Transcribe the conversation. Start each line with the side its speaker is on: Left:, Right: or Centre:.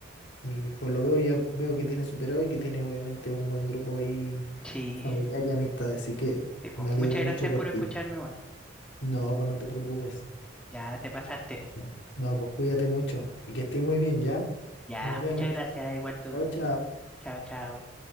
Left: y por lo veo ya veo que tienes superado y que tiene obviamente un buen grupo ahí
Centre: sí.
Left: familiar y amistad, así que
Centre: Sí, po.
Left: me alegro
Centre: Muchas
Left: mucho
Centre: gracias
Left: por
Centre: por
Left: ti.
Centre: escucharme. Bueno,
Left: No, pues no te preocupes.
Centre: ya te pasaste.
Left: Ya. No, pues cuídate mucho y que estés muy bien, ¿ya?
Centre: Ya,
Left: Nos vemos.
Centre: muchas gracias, igual tú.
Left: Chao, chao.
Centre: Chao, chao.